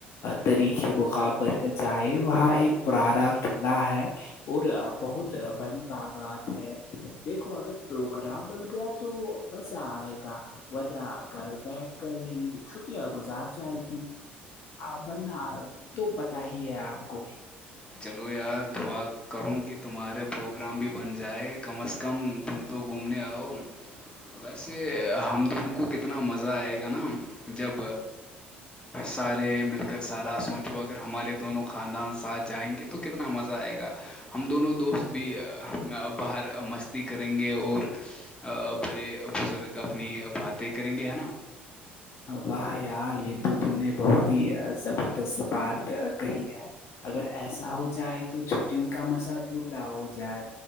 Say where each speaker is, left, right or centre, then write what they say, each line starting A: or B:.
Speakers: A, on the left; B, on the left.
A: طریخے بقاب پر جائے وہاں پرانا قعہ ہے اور بہت بڑی باغات ہے دیکھو اگر پروگرام بن گیا تو تو مزہ آئے گا ورہ گھر بیٹھ کر ہی چھٹیاں گزار جائے گی آ بننا تو پت ہی ہے آپ کو
B: چلو یار دعا کروں کہ تمہارے پروگرام بھی بن جائے کم از کم تم تو گھومنے آؤ ویسے ہم دونوں کو کتنا مزہ آئے گا نا جب سارے مل کر سارا سوچو اگر ہمارے دونوں خان ساتھ جائیں گے تو کتنا مزہ آئے گا ہم دونوں دوست بھی باہر مستی کریں گے اور بڑے بزرگ اپنی باتیں کریں گے ہے نا
A: واہ یار یہ تو تم نے بہت ہی زبردست بات کہی ہے اگر ایسا ہو جائے تو چھٹیوں کا مزہ دبلا ہو جائے